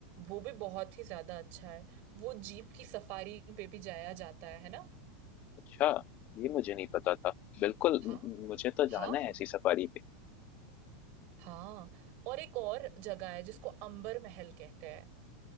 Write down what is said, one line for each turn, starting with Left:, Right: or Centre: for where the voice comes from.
Right: वो भी बहुत ही ज्यादा अच्छा है वो जीप की सफारी पे भी जाया जाता है है ना
Left: अच्छा ये मुझे नहीं पता था बिल्कुल
Right: हाँ
Left: म- म- मुझे तो
Right: हाँ
Left: जाना है
Right: हाँ।
Left: ऐसी सफारी पे
Right: हाँ और एक और जगह है जिसको अंबर महल कहते हैं